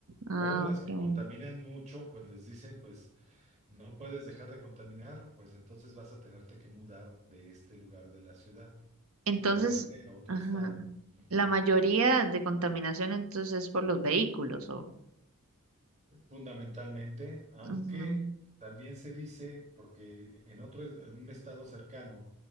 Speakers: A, on the right; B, on the right.
A: Ah,
B: O las
A: ok.
B: que contaminan mucho, pues les dicen, pues No puedes dejar de contaminar, pues entonces vas a tenerte que mudar de este lugar de la ciudad
A: Entonces,
B: para irte a otro
A: ajá,
B: estado. Ujú.
A: la mayoría de contaminación entonces es por los vehículos o...
B: Fundamentalmente, aunque
A: Ujú,
B: también se dice, porque en otro, en un estado cercano